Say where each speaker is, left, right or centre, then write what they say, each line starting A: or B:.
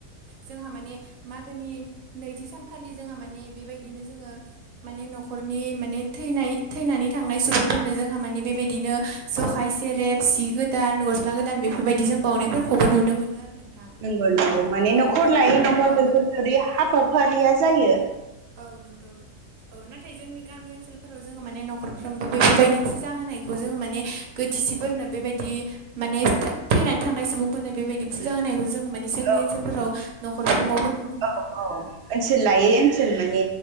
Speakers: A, on the right; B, on the right.
A: जोंहा माने मागोनि नैथि सानखालि जोंहा माने बेबायदिनो जोङो माने न'खरनि माने थैनाय थैनानै थांनाय सुबुंफोरनो जोंहा माने बेबायदिनो जखाय सेरेब सि गोदान गस्ला गोदान बेफोरबायदि जों बावनायफोरखौबो नुनो मोनो आरो नोंथां
B: नंगौ नंगौ माने
A: औ
B: न'खर
A: बे
B: लायै न'खर
A: औ
B: बेैफोर हाबाफारिया जायो
A: औ नंगौ औ नाथाय जोंनि गामि ओनसोलाव आलफोराव जोङो माने नखरफ्रोमबो बेफोरबायदि फुजा होनायखौ जोङो माने गोथिसिफोरनो बेबायदि माने थैनानै थांनाय सुबुंफोरनो बेबायदि फुजा होनायखौ जोंङो माने मानि जोंनि
B: औ
A: ओनसोलफोराव नखरफोरावबो नुनो मोनो
B: औ
A: आरो नोंथां
B: औ ओनसोल लायै ओनसोल माने